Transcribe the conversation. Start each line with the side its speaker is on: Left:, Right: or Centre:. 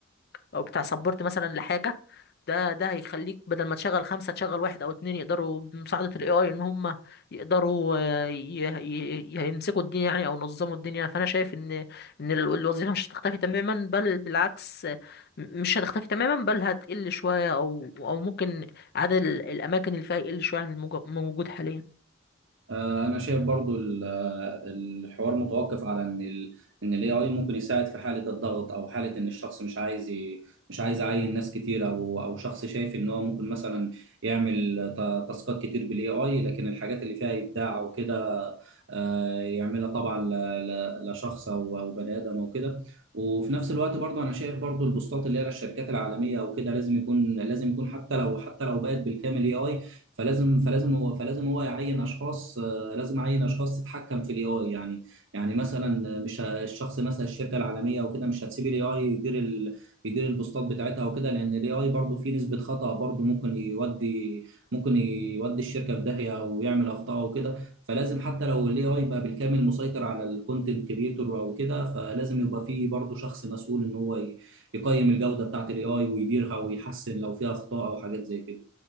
Left: او بتاع سبورت مثلا لحاجه ده ده هيخليك بدل ما تشغل خمسه تشغل واحد او اتنين يقدروا بمساعده الاي اي ان هم يقدروا آه، ي- ي- يمسكوا الدنيا يعني او ينظموا الدنيا فانا شايف ان ان ال- الوظيفه مش هتختفي تماما بل بالعكس آه، م- مش هتختفي تماما بل هتقل شويه او او ممكن عدد ال- الاماكن اللي فيها يقل شويه عن الموجو- الموجود حاليا
Right: آه، انا شايف برضو ال- آه، الحوار متوقف على ان ال ان الاي اي ممكن يساعد في حاله الضغط او حاله ان الشخص مش عايز ي- مش عايز يعين ناس كتير او او شخص شايف ان هو ممكن مثلا يعمل تا- تاسكات كتير بالاي اي لكن الحاجات اللي فيها ابداع وكده آه، يعملها طبعا ل- ل- لشخص او او بني ادم او كده وفي نفس الوقت برضو انا شايف برضو البوستات اللي هي للشركات العالميه او كده لازم يكون لازم يكون حتى لو حتى لو بقت بالكامل اي اي فلازم فلازم هو فلازم هو يعين اشخاص لازم اعين اشخاص تتحكم في الاي اي يعني يعني مثلا مش ه- الشخص مثلا الشركه العالميه او كده مش هتسيب الاي اي يدير ال... يدير البوستات بتاعتها وكده لان الاي اي برضه فيه نسبه خطا برضه ممكن يودي ممكن يودي الشركه في داهيه ويعمل اخطاء وكده فلازم حتى لو الاي اي بقى بالكامل مسيطر على الكونتنت كريتور او كده فلازم يبقى فيه برضه شخص مسؤول ان هو ي- يقيم الجوده بتاعت الاي اي ويديرها ويحسن لو فيها اخطاء او حاجات زي كده